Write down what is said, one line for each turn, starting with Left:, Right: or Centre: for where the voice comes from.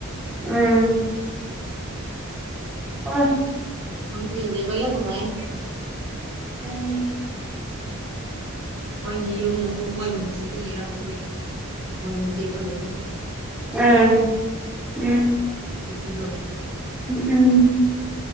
Centre: ꯎꯝ ꯑꯣꯏ
Right: ꯃꯣꯏꯁꯦ ꯂꯩꯕ ꯌꯥꯝ ꯅꯨꯡꯉꯥꯏꯌꯦ
Centre: ꯎꯝ
Right: ꯃꯣꯏꯒꯤ ꯌꯨꯝꯅꯁꯨ ꯃꯣꯏꯕꯨ ꯅꯨꯡꯁꯤꯕꯒꯤꯔ ꯈꯪꯗꯦ ꯃꯣꯏꯒꯤ ꯃꯆꯦ ꯈꯣꯏꯅꯁꯨ
Centre: ꯎꯝ ꯎꯝ
Right: ꯅꯨꯄꯤꯗꯣ
Centre: ꯎꯝ ꯎꯝ